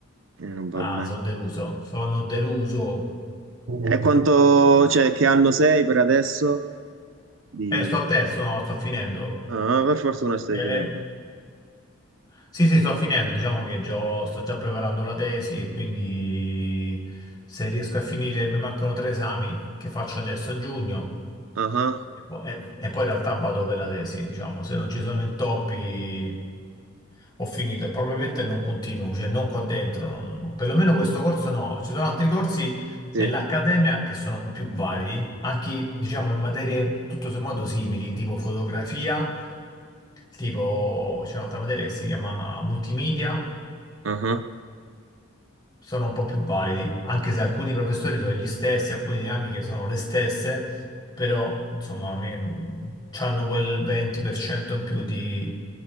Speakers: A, on the right; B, on the left.
A: Eh, non va
B: Ah,
A: bene.
B: sono deluso, sono deluso.
A: E quanto, cioè, che anno sei per adesso? Di...
B: Eh, sto al terzo, no, sto finendo.
A: Ah, per fortuna stai
B: Eh,
A: finendo.
B: sì, sì, sto finendo, diciamo che già- sto già preparando la tesi e quindi se riesco a finire, mi mancano tre esami che faccio adesso a giugno
A: Ah,
B: e poi, e- e poi in realtà vado per la tesi, diciamo, se non ci sono intoppi... ho finito e probabilmente non continuo, cioè non qua dentro, non- perlomeno questo corso no. Ci sono altri corsi
A: sì.
B: nell'accademia che sono più vari, anche diciamo in materie tutto sommato simili, tipo fotografia, tipo c'è un'altra materia che si chiama multimedia,
A: Ah.
B: sono un po' più validi, anche se alcuni professori sono gli stessi, alcune dinamiche sono le stesse, però insomma a me, hanno quel 20% in più di,